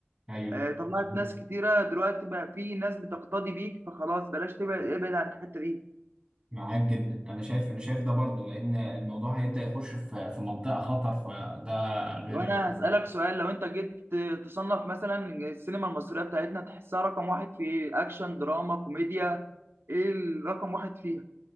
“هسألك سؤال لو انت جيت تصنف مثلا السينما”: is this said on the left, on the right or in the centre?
Right